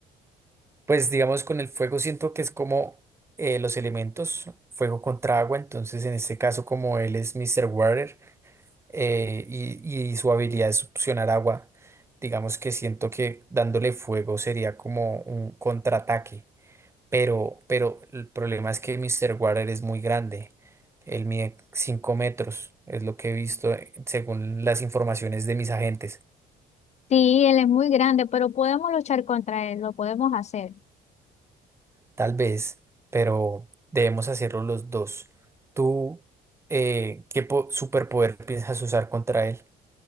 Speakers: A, on the right; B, on the left.
A: Pues digamos con el fuego siento que es como eh, los elementos, fuego contra agua, entonces en este caso como él es Mr. Water eh, y, y su habilidad de succionar agua, digamos que siento que dándole fuego sería como un contraataque. Pero, pero el problema es que Mr. Water es muy grande. Él mide 5 metros, es lo que he visto eh, según las informaciones de mis agentes.
B: Sí, él es muy grande, pero podemos luchar contra él, lo podemos hacer.
A: Tal vez, pero debemos hacerlo los dos. ¿Tú eh, qué po- superpoder piensas usar contra él?